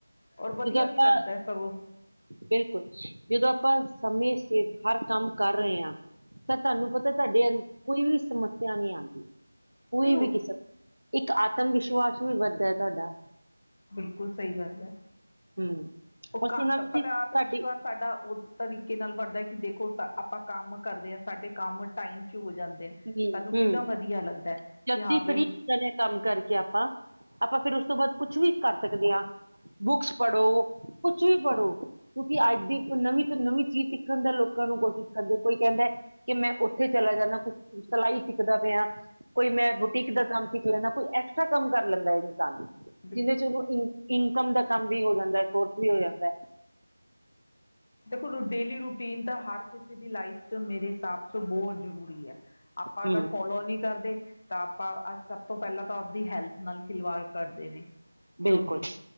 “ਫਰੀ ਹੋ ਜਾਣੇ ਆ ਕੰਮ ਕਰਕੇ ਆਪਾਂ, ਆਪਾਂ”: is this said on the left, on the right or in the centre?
Right